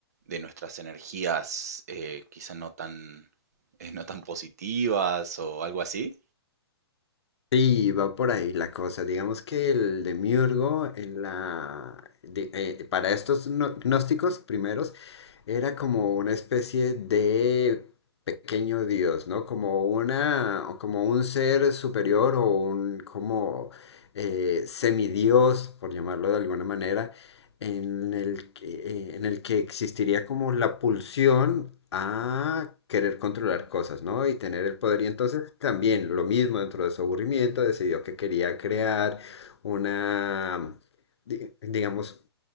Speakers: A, on the right (about 40°); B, on the left (about 80°).
A: de nuestras energías, eh, quizá no tan, eh, no tan positivas o algo así.
B: Sí, va por ahí la cosa. Digamos que el demiurgo en la di- eh, para estos gno- gnósticos primeros era como una especie de pequeño dios, ¿no? Como una, o como un ser superior o un como eh, semidios, por llamarlo de alguna manera en el que, eh, en el que existiría como la pulsión a querer controlar cosas, ¿no? Y tener el poder. Y entonces también lo mismo dentro de su aburrimiento, decidió que quería crear una, di- digamos,